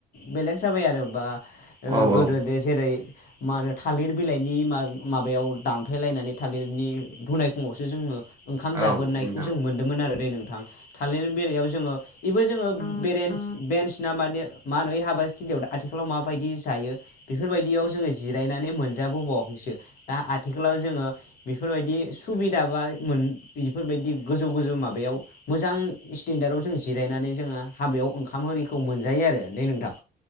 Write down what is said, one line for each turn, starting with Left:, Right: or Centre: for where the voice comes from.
Left: बेलेग जाबाय आरो बा ओ
Right: औ
Left: गोदोदे
Right: औ
Left: जेरै मा होनो थालिर बिलाइनि मा माबायाव दानफायलायनानै थालिरनि धुनायखं आवसो जोङो ओंखाम जाबोनायखौ
Right: औ नोंथां
Left: जों मोनदोंमोन आरो दै नों थां थालिर बेलायाव जोङो एबो जोंङो बेरेन्स बेन्स ना मानो माहोनो यै हाबा थिलियाव दा आथिखालाव माबायदि जायो बेफोरबायदियाव जोङो जिरायनानै मोनजाबोबावाखैसो दा आथिखालाव जोंङो बेफोरबायदि सुबिदा बा मोन बेफोरबायदि गोजौ गोजौ माबायाव मोजां स्टेन्डार्डआव जों जिरायनानै जोङो हाबायाव ओंखाम आरिखौ मोनजायो आरो दै नोंथां।